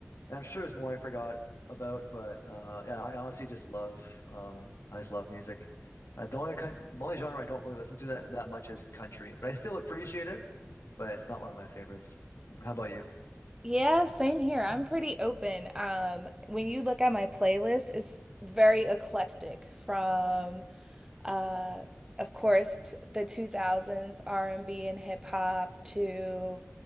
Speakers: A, on the left (about 80°); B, on the right (about 15°).
A: And I'm sure there's more I forgot about, but uh, yeah, I honestly just love um I just love music. Uh, the only coun- the only genre I don't really listen to that that much is country, but I still appreciate it, but it's not one of my favorites. How about you?
B: Yeah, same here. I'm pretty open. Um, when you look at my playlist, it's very eclectic from uh of course t the 2000s R&B and B and hip hop to